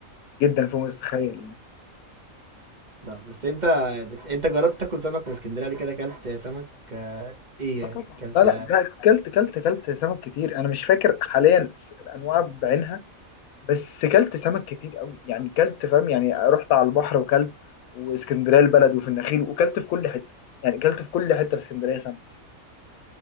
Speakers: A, on the left; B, on the right.
A: جدا فوق ما تتخيل يعني
B: لا بس انت بت... انت جربت تاكل سمك من اسكندرية قبل كده اكلت سمك آه، ايه
A: اه
B: يعني
A: طبعا
B: اكلت
A: لا لا ده كلت كلت كلت سمك كتير انا مش فاكر حاليا س- الانواع بعينها بس كلت سمك كتير قوي يعني كلت فاهم يعني رحت على البحر وكلت واسكندريه البلد وفي النخيل وكلت في كل حته يعني كلت في كل حته في اسكندريه سمك